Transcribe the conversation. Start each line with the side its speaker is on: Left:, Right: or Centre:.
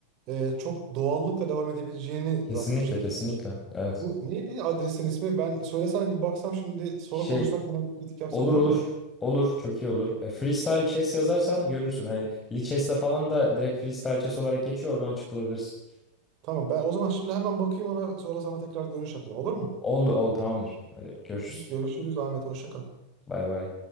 Right: e, çok doğallıkla devam edebileceğini
Left: Kesinlikle
Right: zannetmiştim.
Left: kesinlikle. Evet.
Right: Bu neydi adresin ismi? Ben söylesene bir baksam şimdi sonra
Left: Şey
Right: konuşsak yine kritik yapsak
Left: Olur
Right: olur
Left: olur.
Right: mu?
Left: Olur. Çok iyi olur. E, freestyle chess yazarsan görürsün. Hani Lee Chess'le falan da direkt freestyle chess olarak geçiyor. Oradan açıp bulabilirsin.
Right: Tamam ben o zaman şimdi hemen bakayım ona sonra sana tekrar dönüş yapayım olur mu?
Left: Oldu oldu tamamdır. Hadi görüşürüz.
Right: Görüşürüz Ahmet. Hoşça kal.
Left: Bay bay.